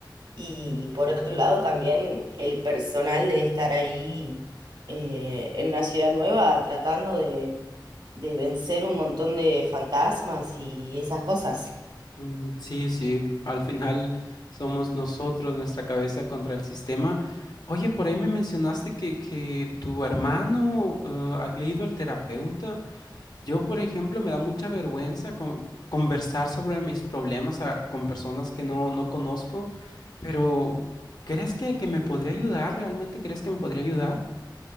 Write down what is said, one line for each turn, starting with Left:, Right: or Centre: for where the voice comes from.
Right: y por otro lado también el personal de estar ahí eh, en una ciudad nueva tratando de, de vencer un montón de fantasmas y esas cosas.
Left: Mm, Sí, sí, al final somos nosotros, nuestra cabeza contra el sistema. Oye, por ahí me mencionaste que, que tu hermano eh, había ido al terapeuta. Yo, por ejemplo, me da mucha vergüenza con- conversar sobre mis problemas a- con personas que no, no conozco, pero ¿crees que, que me podría ayudar? ¿Realmente crees que me podría ayudar?